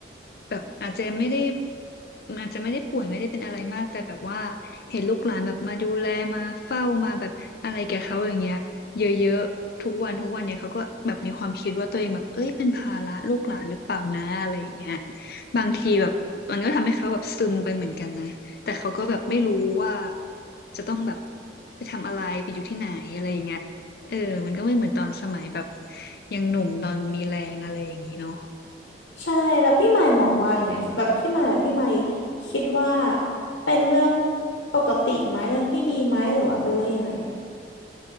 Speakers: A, on the left; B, on the left.
A: แบบอาจจะไม่ได้อาจจะไม่ได้ป่วยไม่ได้เป็นอะไรมากแต่แบบว่าเห็นลูกหลานแบบมาดูแลมาเฝ้ามาแบบอะไรแกบเขาอย่างเงี้ยเยอะๆทุกวันทุกวันเนี่ยเขาก็แบบมีความคิดว่าตัวเองแบบเอ้ยเป็นภาระลูกหลานหรือเปล่านะอะไรอย่างเงี้ยบางทีแบบมันก็ทำให้เขาแบบซึมไปเหมือนกันนะ แต่เขาก็แบบไม่รู้ว่าจะต้องแบบไปทำอะไรไปอยู่ที่ไหนอะไรอย่างเงี้ยเออมันก็ไม่เหมือนตอนสมัยแบบยังหนุ่มตอนมีแรงอะไรอย่างนี้เนาะ
B: ใช่แล้วพี่หมายมองว่าไงคะแบบพี่หมายแบบพี่หมายคิดว่าเป็นเรื่องปกติไหมเรื่องที่ดีไหมหรือว่าเป็นเรื่องยังไงอะ